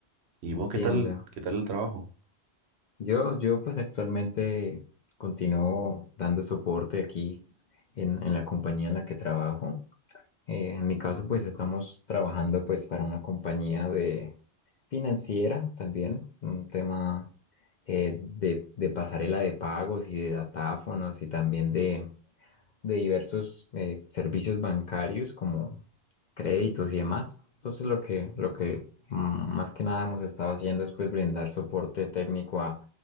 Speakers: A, on the right; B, on the left.
A: ¿Y
B: entiendo.
A: vos qué tal? ¿Qué tal el trabajo?
B: Yo, yo pues actualmente continúo dando soporte aquí en, en la compañía en la que trabajo. Eh, en mi caso pues estamos trabajando pues para una compañía de financiera también, un tema eh, de, de pasarela de pagos y de datáfonos y también de, de diversos eh, servicios bancarios como créditos y demás. Entonces lo que, lo que mm, más que nada hemos estado haciendo es pues brindar soporte técnico a,